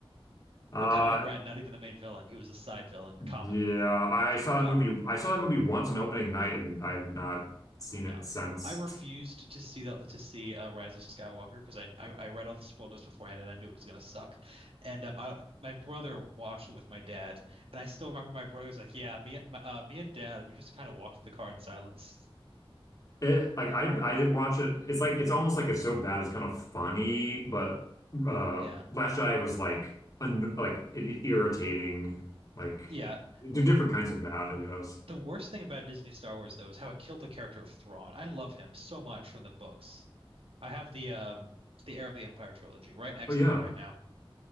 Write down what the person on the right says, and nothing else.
But Kylo Ren, not even the main villain, he was a side villain, comedy.
Got
No.
I refused to see the to see uh, Rise of Skywalker because I, I I read all the spoilers beforehand and I knew it was gonna suck, and um I my brother watched it with my dad and I still remember my brother's like yeah me my, uh, me and dad we just kind of walked the car in silence
yeah
yeah
L-
the worst thing about Disney Star Wars though is how it killed the character of Thrawn I love him so much from the books I have the um the Heir of the Empire trilogy right next
to me right now